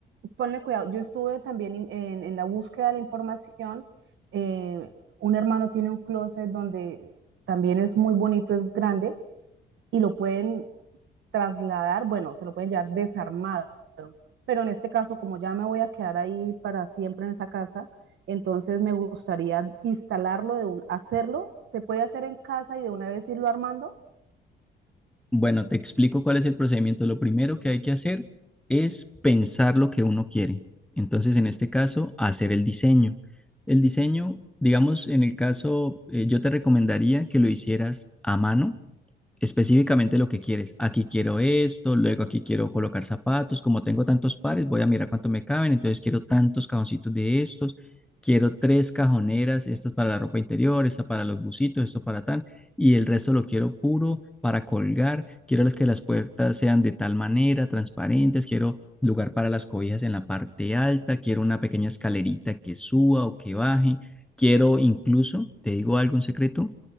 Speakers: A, on the right (about 70°); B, in the centre.
A: ponle cuidado. Yo estuve también in- en, en la búsqueda de la información. Eh, un hermano tiene un closet donde también es muy bonito, es grande y lo pueden trasladar, bueno, se lo pueden llevar desarmado. Pero en este caso, como ya me voy a quedar ahí para siempre en esa casa, entonces me gustaría instalarlo, de un, hacerlo. Se puede hacer en casa y de una vez irlo armando.
B: Bueno, te explico cuál es el procedimiento. Lo primero que hay que hacer es pensar lo que uno quiere. Entonces, en este caso, hacer el diseño. El diseño, digamos, en el caso, eh, yo te recomendaría que lo hicieras a mano específicamente lo que quieres. Aquí quiero esto, luego aquí quiero colocar zapatos. Como tengo tantos pares, voy a mirar cuánto me caben. Entonces quiero tantos cajoncitos de estos. Quiero tres cajoneras, estas para la ropa interior, esta para los bucitos, esto para tal, y el resto lo quiero puro para colgar. Quiero las que las puertas sean de tal manera, transparentes. Quiero lugar para las cobijas en la parte alta. Quiero una pequeña escalerita que suba o que baje. Quiero incluso, te digo algo, un secreto,